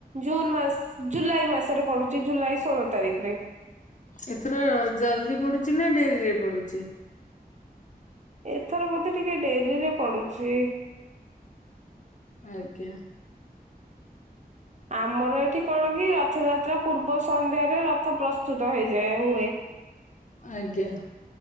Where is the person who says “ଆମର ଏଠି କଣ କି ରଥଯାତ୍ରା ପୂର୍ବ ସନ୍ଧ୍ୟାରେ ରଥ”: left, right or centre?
Right